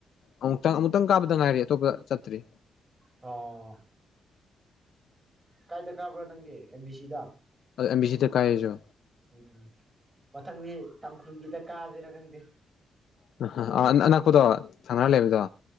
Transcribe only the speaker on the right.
ꯑꯣ ꯀꯥꯏꯗ ꯀꯥꯕ꯭ꯔꯣ ꯅꯪꯗꯤ ꯑꯦꯝ ꯕꯤ ꯁꯤꯗ
ꯎꯝ ꯃꯊꯪꯗꯤ ꯇꯥꯡꯈꯨꯜꯒꯤꯗ ꯀꯥꯥꯁꯦꯔꯥ ꯈꯪꯗꯦ